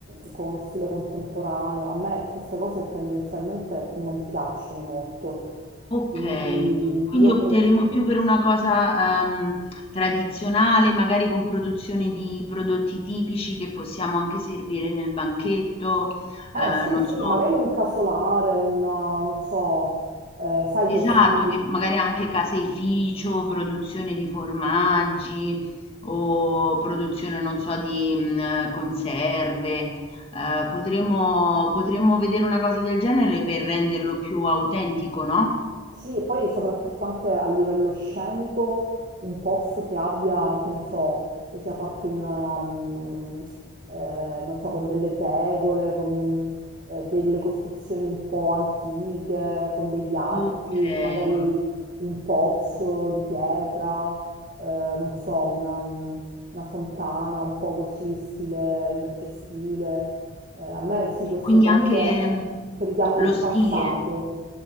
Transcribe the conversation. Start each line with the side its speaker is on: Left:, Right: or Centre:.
Right: mh, con uno stile contemporaneo, a me queste cose tendenzialmente non piacciono molto,
Left: Okay,
Right: quindi
Left: quindi
Right: io
Left: opteremo
Right: pre-
Left: più per una cosa, ehm, tradizionale, magari con produzione di prodotti tipici che possiamo anche servire nel banchetto,
Right: Eh
Left: ehm,
Right: sì,
Left: non
Right: sì,
Left: so
Right: magari un casolare, una, non so, eh, sai
Left: Esatto,
Right: questi...
Left: che magari anche caseificio, produzione di formaggi o produzione, non so, di mhmm, conserve. Ehm, potremmo potremmo vedere una cosa del genere per renderlo più autentico, no?
Right: Sì, e poi soprattutto anche a livello scenico, un posto che abbia, che ne so, che sia fatto in, um, eh, non so, con delle tegole, con eh, delle costruzioni un po' antiche, con degli archi,
Left: Okay,
Right: magari un pozzo di pietra, eh, non so, una, um, una fontana un po' così, stile, in vecchio stile. Eh, a me sì, queste
Left: quindi
Right: cose
Left: anche, mhmm,
Right: che richiamano
Left: lo
Right: il
Left: stile.
Right: passato.